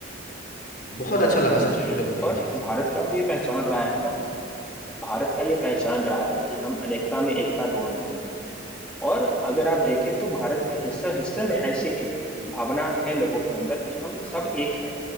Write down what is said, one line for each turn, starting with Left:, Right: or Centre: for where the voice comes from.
Left: बहुत अच्छा लगा
Centre: जी
Left: सच में मेरे को तो ये
Centre: और
Left: चीज
Centre: भारत का तो ये पहचान रहा है ना भारत का ये पहचान रहा है कि हम अनेकता में एकता ढूंढते हैं और अगर आप देखें तो भारत के हिस्से हिस्से में ऐसी भावना है लोगों के अंदर कि हम सब एक हैं